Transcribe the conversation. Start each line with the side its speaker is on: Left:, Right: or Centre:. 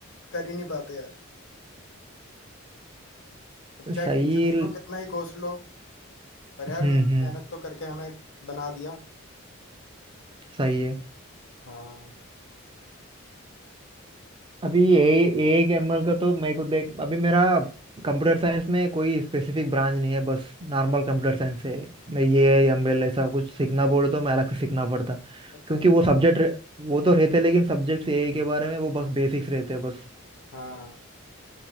Left: कर ही नहीं पाते यार अब चाहे
Right: सही
Left: टीचर्स को कितना ही कोस लो पर यार
Right: हम्म
Left: उन्होंने
Right: हम्म
Left: मेहनत तो करके हमें बना दिया
Right: सही है
Left: हाँ
Right: अभी ए ए एमएल का तो मेरे को देख अभी मेरा कंप्यूटर साइंस में कोई स्पेसिफिक ब्रांच नहीं है बस नॉर्मल कंप्यूटर साइंस है मैं ये एमएल ऐसा कुछ सीखना बोले तो मैं अलग से सीखना पड़ता
Left: अच्छा
Right: क्योंकि
Left: अच्छा
Right: वो सब्जेक्ट वो तो रहते लेकिन सब्जेक्ट्स ए के बारे में वो बस बेसिक्स रहते हैं बस
Left: हाँ